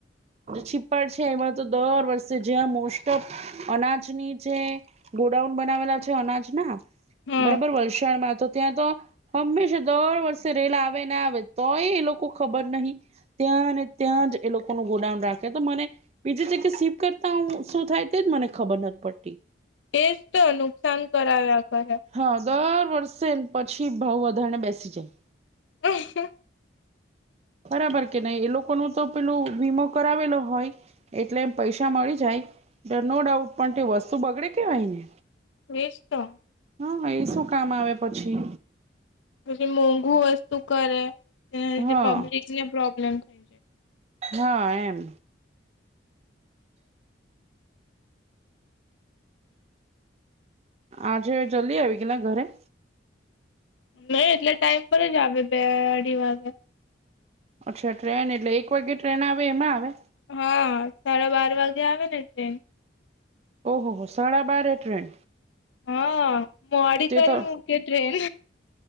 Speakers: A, on the right; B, on the left.
A: છીપ્પળ છે, એમા તો દર વર્ષે જ્યાં મોસ્ટ ઓફ અનાજની જે ગોડાઉન બનાવેલા છે અનાજ ના
B: હમ
A: બરાબર વલસાડમાં તો ત્યાં તો હંમેશા દર વર્ષે રેલા આવે ના આવે તોય એ લોકો ખબર નહી. ત્યાંને ત્યાં જ એ લોકોનું ગોડાઉન રાખે તો મને બીજી જગ્યા સીપ કરતા શું થાય તેજ મને ખબર નથી પડતી.
B: એ જ તો નુકસાન કરાવ્યા કર્યા
A: હા દર વર્ષે પછી ભાવ વધારેને બેસી જાય.
B: હ
A: બરાબર કે નહી એ લોકો ન તો પેલું વીમો કરાવેલો હોય. એટલે એમ પૈસા મળી જાય, તો નો ડાઉટ પણ તે વસ્તુ બગડે કેવાય ને
B: એજ તો
A: હા એ શું કામ આવે પછી.
B: પછી મોંઘુ વસ્તુ કરે એના લીધે
A: હા
B: પબ્લિક ને પ્રોબ્લેમ થાય.
A: હા એમ આજે જલ્દી આવી ગયેલા ઘરે
B: નહી એટલે ટાઈમ પર જ આવે બે અઢી વાગે.
A: અચ્છા ટ્રેન એટલે એક વાગ્યે ટ્રેન આવે એમાં આવે
B: હા સાડા બાર વાગે આવે ને ટ્રેન
A: ઓહો હો સાડા બાર ટ્રેન
B: હા મોડી
A: તે
B: કરી
A: તો
B: મૂકે ટ્રેન